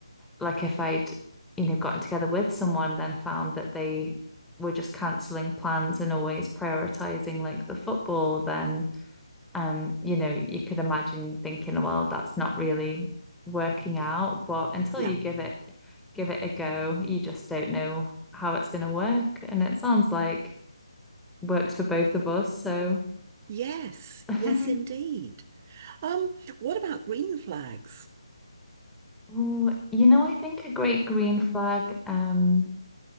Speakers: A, in the centre; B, on the right.
A: like if I'd, you know, gotten together with someone, then found that they were just cancelling plans and always prioritizing like the football, then um, you know, you could imagine thinking, well, that's not really working out. But until
B: Yeah.
A: you give it give it a go, you just don't know how it's gonna work. And it sounds like works for both of us. So
B: Yes,
A: <laughs>
B: yes, indeed. Um, what about green flags?
A: Ooh, you know, I think a great green flag um